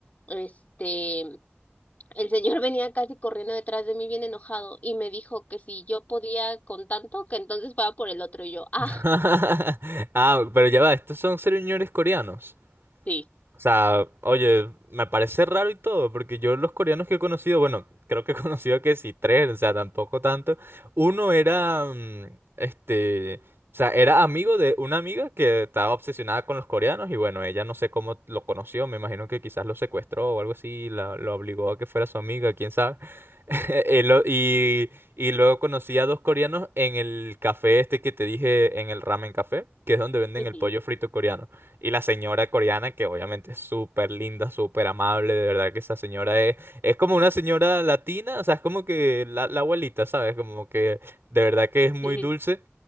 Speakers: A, on the left; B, on the right.
A: este, el señor <laughs> venía casi corriendo detrás de mí bien enojado y me dijo que si yo podía con tanto, que entonces fuera por el otro y yo, ah.
B: <laughs> Ah, pero ya va, estos son señores coreanos.
A: Sí.
B: O sea, oye, me parece raro y todo, porque yo los coreanos que he conocido, bueno, creo que he <laughs> conocido que sí, tres, o sea, tampoco tanto. Uno era, mm, este, o sea, era amigo de una amiga que estaba obsesionada con los coreanos y bueno, ella no sé cómo lo conoció, me imagino que quizás lo secuestró o algo así, la, lo obligó a que fuera su amiga, quién sabe. <laughs> Eh, lo- Y, y luego conocí a dos coreanos en el café este que te dije, en el ramen café, que es donde venden
A: Ujú.
B: el pollo frito coreano. Y la señora coreana, que obviamente es súper linda, súper amable, de verdad que esa señora es, es como una señora latina, o sea, es como que la, la abuelita, ¿sabes? Como que de verdad que es muy
A: <laughs>
B: dulce.